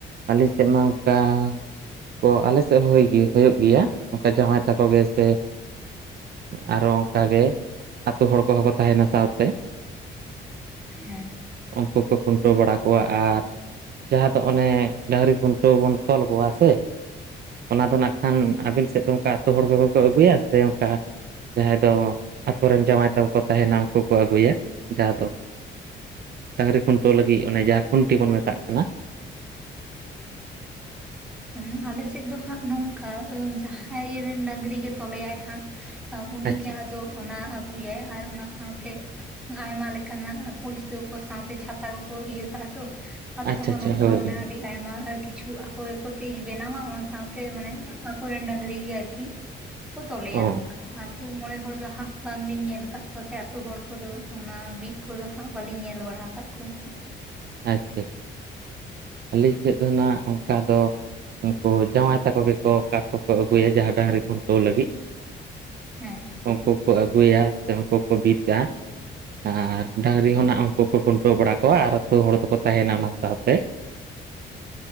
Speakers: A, on the right; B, in the centre.
A: ᱟᱞᱤᱧ ᱥᱮᱫ ᱢᱟ ᱚᱱᱠᱟ, ᱠᱚ ᱟᱞᱮ ᱥᱮᱫ ᱦᱚᱸ ᱦᱩᱭᱩᱜ ᱜᱮᱭᱟ ᱚᱱᱠᱟ ᱡᱟᱶᱟᱭ ᱛᱟᱠᱚ ᱜᱮ ᱥᱮ, ᱟᱨᱚ ᱚᱱᱠᱟ ᱜᱮ ᱟᱛᱳ ᱦᱚᱲ ᱠᱚᱦᱚᱸ ᱠᱚ ᱛᱟᱦᱮᱱᱟ ᱥᱟᱶᱛᱮ
B: ᱦᱮᱸ
A: ᱩᱱᱠᱩ ᱠᱚ ᱠᱷᱩᱱᱴᱟᱹᱣ ᱵᱟᱲᱟ ᱠᱚᱣᱟ ᱟᱨ ᱡᱟᱦᱟᱸ ᱫᱚ ᱚᱱᱮ ᱰᱟᱹᱝᱨᱤ ᱠᱷᱩᱱᱴᱟᱹᱣ ᱵᱚᱱ ᱛᱚᱞ ᱠᱚᱣᱟ ᱥᱮ ᱚᱱᱟ ᱫᱚ ᱱᱟᱜ ᱠᱷᱟᱱ ᱟᱵᱤᱱ ᱥᱮᱫ ᱫᱚ ᱚᱱᱠᱟ ᱟᱹᱛᱩ ᱦᱚᱲ ᱠᱚᱜᱮ ᱠᱚ ᱟᱹᱜᱩᱭᱟ ᱥᱮ ᱚᱱᱠᱟ ᱡᱟᱦᱟᱸᱭ ᱫᱚ ᱟᱠᱚ ᱨᱮᱱ ᱡᱟᱶᱟᱭ ᱛᱟᱠᱚ ᱠᱚ ᱛᱟᱦᱮᱸᱱᱟ ᱩᱱᱠᱩ ᱠᱚ ᱟᱹᱜᱩᱭᱟ, ᱡᱟᱦᱟᱸ ᱫᱚ ᱰᱟᱹᱟᱝᱨᱤ ᱠᱷᱩᱱᱴᱟᱹᱣ ᱞᱟᱹᱜᱤᱜ ᱚᱱᱮ ᱡᱟᱦᱟᱸ ᱠᱷᱩᱱᱴᱤ ᱵᱚᱱ ᱢᱮᱛᱟᱜ ᱠᱟᱱᱟ,
B: ᱦᱩᱸ ᱟᱞᱮ ᱥᱮᱫ ᱫᱚ ᱦᱟᱸᱜ ᱱᱚᱝᱠᱟ ᱡᱟᱦᱟᱸᱭ ᱨᱮᱱ ᱰᱟᱝᱨᱤ ᱜᱮ ᱛᱚᱞᱮᱭᱟᱭ ᱦᱟᱸᱜ ᱩᱱᱤᱜᱮ
A: ᱟᱪᱪᱷᱟ ᱟᱪᱪᱷᱟ
B: ᱟᱫᱚ ᱚᱱᱟ ᱟᱹᱜᱩᱭᱟᱭ ᱟᱨ ᱚᱱᱟ ᱥᱟᱶᱛᱮ ᱟᱭᱢᱟ ᱞᱮᱠᱟᱱᱟᱜ ᱯᱩᱭᱥᱟᱹ ᱠᱚ ᱥᱟᱶᱛᱮ ᱪᱷᱟᱛᱟ ᱠᱚᱠᱚ ᱤᱭᱟᱹ ᱠᱟᱜᱼᱟ ᱛᱚ ᱟᱫᱚ
A: ᱟᱪᱪᱷᱟ
B: ᱦᱚᱸᱜᱚᱭ
A: ᱟᱪᱪᱷᱟ
B: ᱱᱚᱝᱠᱟ
A: ᱦᱳᱭ
B: ᱢᱟᱱᱮ
A: ᱦᱳᱭ
B: ᱟᱹᱰᱤ ᱟᱭᱢᱟ ᱠᱤᱪᱷᱩ ᱟᱠᱚ ᱜᱮᱠᱚ ᱵᱮᱱᱟᱣᱟ ᱚᱱᱟ ᱥᱟᱶᱛᱮ ᱢᱟᱱᱮ ᱟᱠᱚᱨᱮᱱ ᱰᱟᱹᱝᱨᱤ ᱜᱮ ᱟᱨᱠᱤ ᱠᱚ ᱛᱚᱞᱮᱭᱟ
A: ᱚ
B: ᱱᱚᱝᱠᱟ ᱟᱨ ᱟᱹᱛᱩ ᱢᱚᱬᱮ ᱦᱚᱲ ᱫᱚ ᱦᱟᱸᱜ ᱵᱟᱝᱞᱤᱧ ᱧᱮᱞ ᱟᱠᱟᱫ ᱠᱚᱣᱟ ᱥᱮ ᱟᱛᱳ ᱦᱚᱲ ᱠᱚᱫᱚ ᱚᱱᱟ ᱵᱤᱫ ᱠᱚᱫᱚ ᱦᱟᱸᱜ ᱵᱟᱞᱤᱧ ᱧᱮᱞ ᱵᱟᱲᱟ ᱠᱟᱜ-ᱟ ᱠᱚᱣᱟ
A: ᱟᱪᱪᱷᱟ ᱟᱪᱪᱷᱟ ᱟᱞᱮᱧ ᱥᱮᱫ ᱫᱚ ᱱᱟᱜ ᱚᱱᱠᱟ ᱫᱚ ᱩᱱᱠᱩ ᱡᱟᱶᱟᱭ ᱛᱟᱠᱚ ᱜᱮᱠᱚ ᱠᱟᱴ ᱠᱚᱠᱚ ᱟᱹᱜᱩᱭᱟ ᱡᱟᱦᱟᱸ ᱰᱟᱝᱨᱤ ᱠᱷᱩᱱᱴᱟᱹᱣ ᱞᱟᱹᱜᱤᱫ
B: ᱦᱮᱸ
A: ᱩᱱᱠᱩ ᱠᱚ ᱟᱹᱜᱩᱭᱟ ᱩᱱᱠᱩ ᱠᱚ ᱵᱤᱫᱽ ᱠᱟᱜᱼᱟ ᱟᱨ ᱰᱟᱹᱟᱝᱨᱤ ᱦᱚᱸ ᱱᱟᱜ ᱩᱱᱠᱩ ᱠᱚ ᱠᱷᱩᱱᱴᱟᱹᱣ ᱵᱟᱲᱟ ᱠᱚᱣᱟ ᱟᱨ ᱛᱳ ᱦᱚᱲ ᱫᱚᱠᱚ ᱛᱟᱦᱮᱱᱟ ᱚᱱᱟ ᱥᱟᱶᱛᱮ